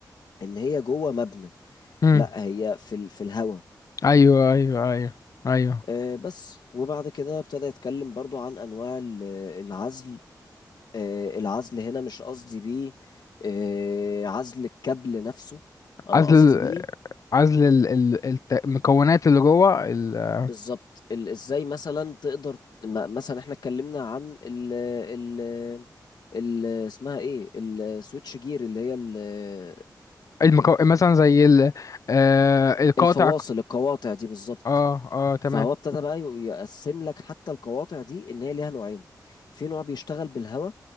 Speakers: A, on the left; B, on the left.
A: إن هي جوه مبنى
B: مم.
A: لا هي في ال... في الهواء
B: ايوه ايوه ايوه ايوه
A: آه، بس وبعد كده ابتدى يتكلم برضو عن أنواع ال- العزل آه، العزل هنا مش قصدي بيه آه، عزل الكابل نفسه أنا
B: عزل
A: قصدي
B: ال-
A: بيه
B: عزل ال- ال- الت- المكونات اللي جوه ال-
A: بالظبط ال- ازاي مثلا تقدر م- مثلا احنا اتكلمنا عن ال ال ال اسمها ايه السويتش جير اللي هي ال-
B: المكو... مثلا زي ال... آه القاطع
A: الفواصل القواطع دي بالظبط
B: اه اه تمام
A: فهو ابتدى بقى يقسم لك حتى القواطع دي ان هي ليها نوعين في نوع بيشتغل بالهواء